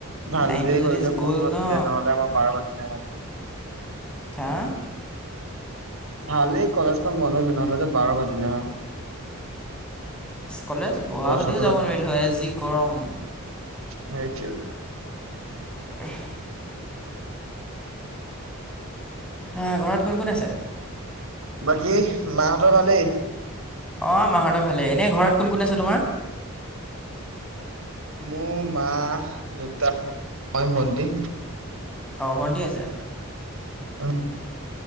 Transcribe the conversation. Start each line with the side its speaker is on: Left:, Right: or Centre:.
Right: ভাল
Centre: লাইনটো
Right: দে
Centre: যদি
Right: হ'ল যে,
Centre: গ'ল
Right: বন্ধ
Centre: ন
Right: দিলে নহ'লে আমাৰ বাৰ বাজিলে হয়।
Centre: হা
Right: ভালেই কলেজখন বন্ধ হলে নহ'লে যে বাৰ বাজিলে হা
Centre: কলেজ বহা
Right: গছৰ
Centre: সৈতেও যাব নোৱাৰিলো হয় যি গৰম
Right: সেইটোৱ
Centre: উ হ ঘৰত কোন কোন আছে
Right: বাকী মাহঁতৰ ভালেই
Centre: আহ মাহঁত ভালে এনে ঘৰত কোন কোন আছে তোমাৰ
Right: মোৰ মা দেউতা মই ভন্টি
Centre: অঁ ভণ্টি আছে
Right: উম